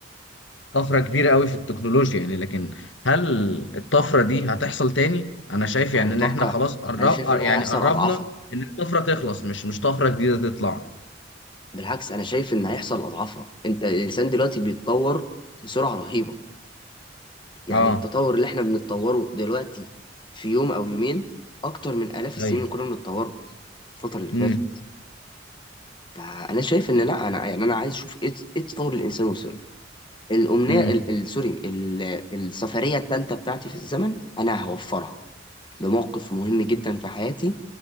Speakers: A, on the left; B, on the left.
A: طفره كبيره قوي في التكنولوجيا يعني لكن هل الطفره دي هتحصل تاني انا شايف يعني
B: انا متوقع
A: ان احنا خلاص قرب
B: انا شايف ان هيحصل
A: يعني قربنا
B: اضعافها
A: ان الطفره تخلص مش مش طفره جديده تطلع
B: بالعكس انا شايف ان هيحصل اضعافها انت الانسان دلوقتي بيتطور بسرعه رهيبه يعني
A: اه
B: التطور اللي احنا بنتطوره دلوقتي في يوم او يومين اكتر من الاف السنين
A: ايوه
B: اللي كنا بنتطوره الفتره اللي
A: امم
B: فاتت فانا شايف ان لا انا يعني انا عايز اشوف ايه ايه التطور اللي الانسان وصل له. الامنيه
A: امم
B: ال- ال- سوري ال- السفريه الثالثه بتاعتي في الزمن انا هوفرها لموقف مهم جدا في حياتي